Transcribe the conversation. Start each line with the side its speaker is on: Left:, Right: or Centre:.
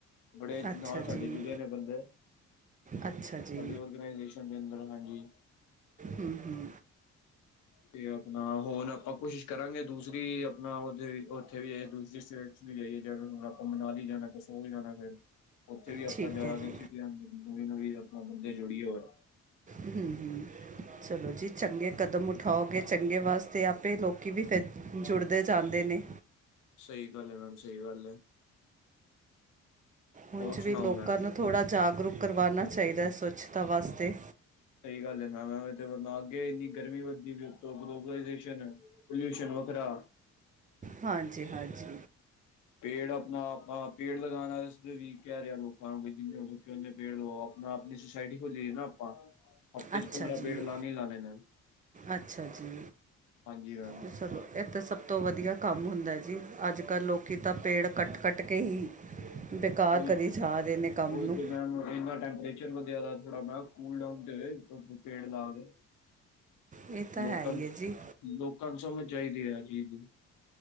Left: ਬੜੇ
Right: ਅੱਛਾ
Left: ਨਾਲ ਸਾਡੇ
Right: ਜੀ
Left: ਜੁੜੇ ਨੇ ਬੰਦੇ
Right: ਅੱਛਾ ਜੀ
Left: ਸਾਡੀ ਉਰਗਨਾਈਜੇਸਨ ਝੰਡੇ ਨੂੰ ਲਗਣਾ ਜੀ
Right: ਹਮ ਹਮ
Left: ਤੇ ਆਪਣਾ ਹੋਣ ਆਪਾਂ ਕੋਸ਼ਿਸ਼ ਕਰਾਂਗੇ ਦੂਸਰੀ ਆਪਣਾ ਉਥੇ ਉੱਥੇ ਵੀ ਜਾ ਦੂਸਰੀ ਸਟੇਟ ਕਿਤੇ ਵੀ ਜਾਈਏ ਜ ਹੁਣ ਆਪਾਂ ਮਨਾਲੀ ਜਾਣਾ ਕਸੋਲ ਜਾਣਾ ਫੇਰ ਉੱਥੇ ਵੀ
Right: ਠੀਕ
Left: ਆਪਾਂ ਜਾ
Right: ਹੈ ਜੀ
Left: ਕੇ ਸੀਟੀਆਂ ਨਵੀਂ ਨਵੀਂ ਆਪਣਾ ਬੰਦੇ ਜੋੜੀਏ ਹੋਰ
Right: ਹਮ ਹਮ ਚਲੋ ਜੀ ਚੰਗੇ ਕਦਮ ਉਠਾਓਗੇ ਚੰਗੇ ਵਾਸਤੇ ਆਪੇ ਲੋਕੀ ਵੀ ਫਿਰ ਜੁੜਦੇ ਜਾਂਦੇ ਨੇ
Left: ਸਹੀ ਗੱਲ ਹੈ ਮੈਮ ਸਹੀ ਗੱਲ ਹੈ
Right: ਉਂਝ
Left: ਹੋਰ
Right: ਵੀ
Left: ਸੁਣਾਓ
Right: ਲੋਕਾਂ
Left: ਮੈਮ
Right: ਦਾ ਥੋੜ੍ਹਾ ਜਾਗਰੂਕ ਕਰਵਾਉਣਾ ਚਾਹੀਦਾ ਹੈ ਸਵੱਛਤਾ ਵਾਸਤੇ
Left: ਸਈ ਗੱਲ ਐ ਮੈ ਵਨਾ ਅੱਗੇ ਏਨੀ ਗਰਮੀ ਉਤੋ ਗਰੋਗਨੇਸਨ ਪਲਊਸ਼ਨ ਵਖਰਾ
Right: ਹਾਂਜੀ-ਹਾਂਜੀ।
Left: ਪੇੜ ਅਪਣਾ-ਅਪਣਾ ਪੇੜ ਲਗਾਣ ਵਾਸ ਤੇ ਈ ਕੈ ਰੇਆ ਲੋਕ ਭਾਵੇ ਜੀਨੇ ਮਰਜੀ ਪੇੜ ਲਾਓ ਆਪਣਾ ਆਪਣੀ ਸੁਸੈਟੀ ਖੋਲੀ ਏ ਨਾ ਆਪਾਂ। ਹਫ਼ਤੇ
Right: ਅੱਛਾ
Left: ਚ ਪੰਦਰਾਂ
Right: ਜੀ
Left: ਪੇੜ ਲਾ ਈ ਲਾਣੇ ਨੇ।
Right: ਅੱਛਾ ਜੀ,
Left: ਹਾਂਜੀ ਮੈਮ
Right: ਦਸੋ ਫੇਰ ਤੇ ਸਭ ਤੋਂ ਵਧੀਆ ਕੰਮ ਹੁੰਦਾ ਜੀ ਅੱਜ-ਕੱਲ ਲੋਕ ਤਾਂ ਪੇੜ ਕੱਟ-ਕੱਟ ਕੇ ਹੀ ਬੇਕਾਰ
Left: ਓਈ,
Right: ਕਰੀ ਜਾ ਰਹੇ ਨੇ ਕੰਮ
Left: ਓਈ
Right: ਨੂੰ
Left: ਤੇ ਮੈਮ ਏਨਾ ਟੈਂਪਰੇਚ ਵਧਿਆ ਦਾ ਥੋੜਾ ਮ ਕੂਲ ਡਾਊਨ ਤੇ ਪੇੜ ਲਾ ਕੇ
Right: ਇਹ ਤਾਂ
Left: ਲੋਕਾਂ
Right: ਹੈ ਹੀ
Left: ਨੂੰ,
Right: ਹੈ ਜੀ
Left: ਲੋਕਾਂ ਨੂੰ ਸਮਝ ਚਾਈਦੀ ਆ ਚੀਜ਼ ਦੀ।